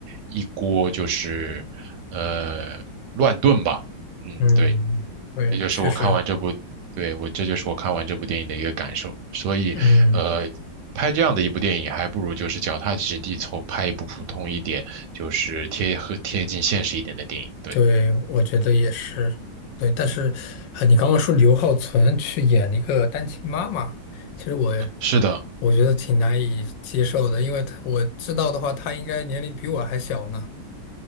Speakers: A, on the right (about 70°); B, on the left (about 75°).
A: 一锅就是呃乱炖吧。嗯，
B: 嗯，
A: 对，
B: 对，
A: 这就是我看完这部，
B: 确实，
A: 对，我这就是我看完这部电影的一个感受。所以，
B: 嗯。
A: 呃，拍这样的一部电影，还不如就是脚踏实地，从拍一部普通一点，就是贴合贴近现实一点的电影。对，
B: 对，我觉得也是，对。但是，啊，你刚刚说刘浩存去演一个单亲妈妈，其实我
A: 是的，
B: 我觉得挺难以接受的，因为他我知道的话，他应该年龄比我还小呢。